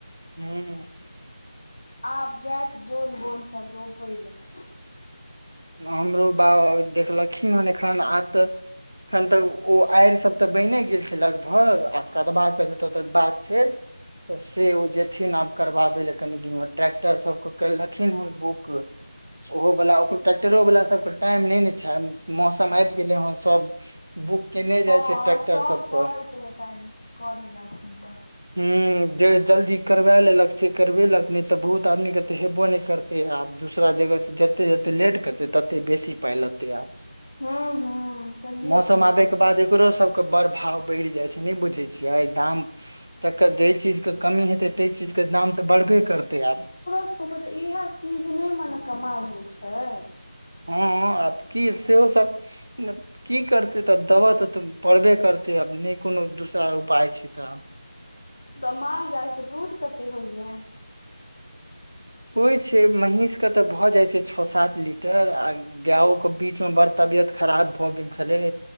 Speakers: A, on the right (about 85°); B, on the left (about 35°).
A: हूँ
B: आब जायत जो बोन सब रोपय लए
A: हमरो बाबा देखलखिन हन एखन आ तऽ एखन तक ओ आड़ि सब ते बने गेल छै लगभग आ कदवा के जतऽ तक बात छै से ओ जेथिन आब करबाबै ल कनि दिनमे ट्रैकटर सबके करि लखिनहन बुक ओ बला टेक्टरो वला सबके टाइम नहि ने छै मौसम आबि गेले ह सब बुक केने
B: हँ
A: जाइ छै ट्रैक्टर
B: सब
A: सबके
B: कहैत हेतेन करे लए एखन तऽ
A: ह जे जल्दी करबा लेलक से करबेलक नहि तऽ बहुत आदमी के तऽ हेबो नहि करतै ते आब दूसरा जगह जते जते लेट करते तते बेसी पाय लगते आब
B: हूँ हूँ सहिये
A: मौसम
B: कहलियै
A: आबे के बाद एकरो सब के बड़ भाव बढ़ि जाइ छै नहि बुझै छियै दाम तकर जाहि चीजके कमी हेतै ताहि चीजके दाम तऽ बढ़बे करतै आब
B: ओ कर तऽ इएह सीजने मे ने कमाइ होइ छै
A: हँ आब की सेहो सबकि अ की करतै तऽ देबह तऽ तऽ पड़बे करतै आब नहि कोनो दूसरा उपाय छै तऽ आब
B: त माल जाल के दूध कते होइया
A: होइ छै महींष के तऽ भऽ जाइ छै छ सात लीटर आ गायंओ किवंधंवंबीच में बड़ तबियत खराब भऽ गेल छलेे